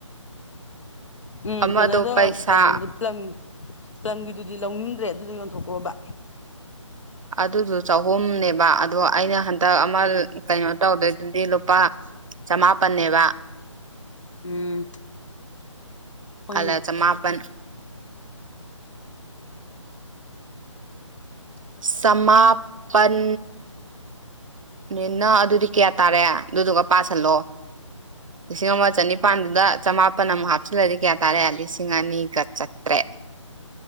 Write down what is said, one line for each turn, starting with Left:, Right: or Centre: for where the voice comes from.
Left: ꯎꯝ
Right: ꯑꯃꯗꯣ
Left: ꯇ‌ꯣꯅꯗ‌‌ꯣ
Right: ꯄꯩꯁꯥ
Left: ꯀꯩꯅꯣꯗ ꯄ꯭ꯂꯪ ꯄ꯭ꯂꯝꯒꯤꯗꯨꯗꯤ ꯂꯧꯅꯤꯡꯗ꯭ꯔꯦ ꯑꯗꯨꯗꯣ ꯌꯣꯟꯊꯣꯛꯈ꯭ꯔꯣꯕ
Right: ꯑꯗꯨꯗ‌ꯣ ꯆꯍꯨꯝꯅꯦꯕ ꯑꯗꯣ ꯑꯩꯅ ꯍꯟꯗꯛ ꯑꯃ ꯀꯩꯅꯣ ꯇꯧꯗꯣꯏꯗꯨꯗꯤ ꯂꯨꯄꯥ ꯆꯃꯥꯄꯟꯅꯦꯕ
Left: ꯎꯝ ꯍꯣꯏꯅꯦ
Right: ꯑꯂ ꯆꯃꯥꯄꯟ ꯆꯃꯥꯄꯟ ꯅꯤꯅ ꯑꯗꯨꯗꯤ ꯀꯌꯥ ꯇꯥꯔꯦ ꯑꯗꯨꯗꯨꯒ ꯄꯥꯁꯜꯂꯣ ꯂꯤꯁꯤꯡ ꯑꯃ ꯆꯅꯤꯄꯥꯥꯟꯗꯨꯗ ꯆꯃꯥꯄꯟ ꯑꯃꯨꯛ ꯍꯥꯞꯆꯤꯜꯂꯗꯤ ꯀꯌꯥ ꯇꯥꯔꯦ ꯂꯤꯁꯤꯡ ꯑꯅꯤꯒ ꯆꯥꯇ꯭ꯔꯦꯠ